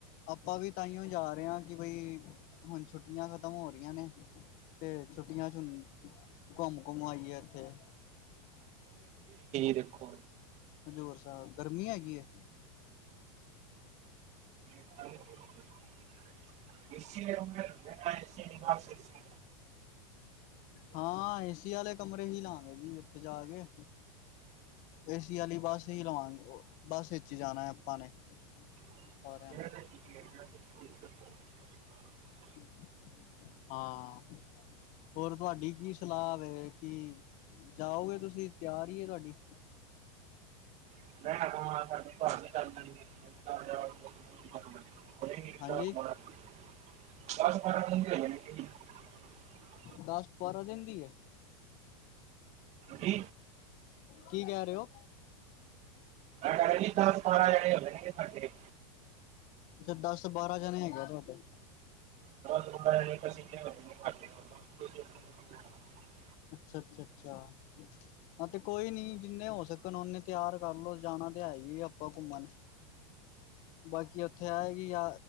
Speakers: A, on the left; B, on the right.
A: ਆਪਾਂ ਵੀ ਤਾਂਹੀਓ ਜਾ ਰਹੇ ਹਾਂ ਕਿ ਬਈ ਹੁਣ ਛੁੱਟੀ ਛੁੱਟੀਆਂ ਖਤਮ ਹੋ ਰਹੀਆਂ ਨੇ ਤੇ ਛੁੱਟੀਆਂ ਚ ਘੁੰਮ ਘੁੰਮ ਆਈਏ ਇੱਥੇ
B: ਇੱਕਿੱਖੋ
A: ਹਜ਼ਰ ਸਾਹਿਬ ਗਰਮੀ ਹੈਗੀ ਹੈ।
B: <unintelligible> ਅ ਸ ਹ।
A: ਹਾਂ ਏਸੀ ਵਾਲੇ ਕਮਰੇ ਹੀ ਲਾਗੇ ਜੀ ਇੱਥੇ ਜਾ ਕੇ ਏਸੀ ਵਾਲੀ ਬਸ ਨਹੀਂਹੀ ਲਵਾਂਗੇ। ਬਸ ਇਸ ਚ ਹੀ ਜਾਣਾ ਹੈ ਆਪਾਂ ਨੇ
B: <inaudible>
A: ਸਾਰਿਆਂ ਨੇ ਹਮ ਹ। ਹਾਂ। ਹੋਰ ਤੁਹਾਡੀ ਕੀ ਸਲਾਹ ਵ ਕਿ ਜਾਓਗੇ ਤੁਸੀਂ ਤਿਆਰ ਹੀ ਤੁਹਾਡੀ
B: ਬ ਮ ਸ। <unintelligible>
A: ਹਾਂਜੀ
B: ਹਾਂ। ਉਹ <unintelligible>
A: ਦਸ ਬਾਰਾਂ ਦਿਨ ਦੀ ਹੈ।
B: ਜ।
A: ਕੀ ਕਹਿ ਰਹੇ ਹੋ
B: ਡਾਇਲੀ ਦਸ ਬਾਰਾਂ ਜਾਣੇ ਹੋਦੇ ਨੇਗੇ ਸਾਡੇ
A: ਅੱੇ ਦਸ ਬਾਰਾਂ ਜਣੇ ਹੈਗੇ ਆ ਤੁਹਾਡੇ
B: <unintelligible>
A: ਅੱਛਾ ਅੱਛਾ ਅੱਛਾ ਹਾਂ ਤੇ ਕੋਈ ਨੀ ਜਿੰਨੇ ਹੋ ਸਕਣ ਓਨੇ ਤਿਆਰ ਕਰਲ ਲੋ ਜਾਣਾ ਤੇ ਹੈ ਹੀ ਆਪਾਂ ਘੁੰਮਣ ਬਾਕੀ ਉੱਥੇ ਆਏਗੀ ਯ